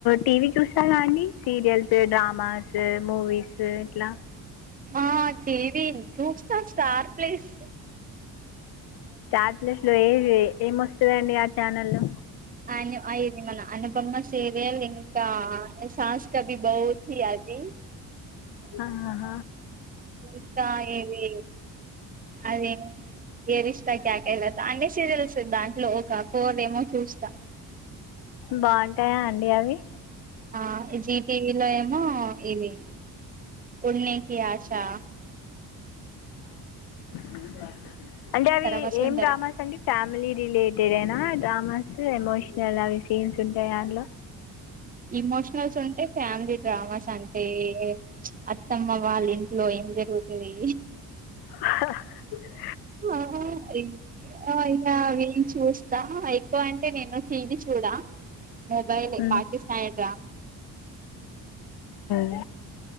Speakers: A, on the left (about 55°); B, on the right (about 20°).
A: టీవీ చూస్తారా అండి సీరియల్స్, డ్రామాస్, మూవీస్ ఇట్లా,
B: ఆ టీవి చూస్త తార్ ప్లెస్
A: స్టార్ ప్లస్ లో ఏవి ఏమొస్తదండి ఆ ఛానల్లో
B: అన్ అ ఇది మన అనుబమ్మ సీరియల్ ఇంకా శాస్త్రభిభౌతి అది
A: ఆ హ
B: ఇంకా ఏది అది ఏది ఇస్తా కేయాకయస్తా అన్ని సీరియల్స్ దాంట్లో ఒక కోర ఏమో చూస్తా,
A: బాగుంటాయా అండి అవి
B: ఆ జీ టివీలో ఏమో ఇవి ఉన్నికి ఆశా
A: నువూత్తవా అంటే అవి
B: వసుంధర
A: ఏం డ్రామాస్ అండి ఫ్యామిలీ రిలేటెడ్ ఏనా డ్రామాస్ ఎమోషనల్ అవి సీన్స్ ఉంటయా దాంట్లో
B: ఇమోషనల్స్ ఉంటే ఫ్యామిలీ డ్రామాస్ అంటే ప్చ్ అత్తమ్మ వాళ్ళ ఇంట్లో ఏం జరుగుతది
A: హ హ
B: మహా యావేం చూస్తా ఎక్కువ అంటే నేను టీవీ చూడా మొబైల్
A: ఉమ్.
B: పాకిస్తాయి ట రా
A: అ